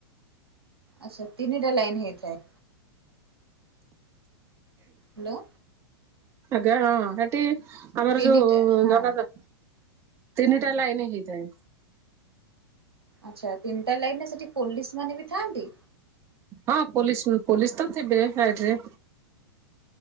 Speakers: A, on the right; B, on the right.
A: ଆଚ୍ଛା ତିନିଟା ଲାଇନ ହେଇଥାଏ। ହ୍ୟାଲୋ।
B: ଆଜ୍ଞା ହଁ। ଆମର
A: ତିନିଟା
B: ଯୋଉ
A: ହଁ
B: ଜଗା। ତିନିଟା ଲାଇନ ହେଇଥାଏ।
A: ଆଛା ହଉ ତିନିଟା ଲାଇନ ରେ ସେଠି ପୋଲିସ ମାନେ ବି ଥାନ୍ତି।
B: ହଁ ପୋଲିସ୍ ପୋଲିସ୍ ତ ଥିବେ ସାଇଡ୍ ରେ।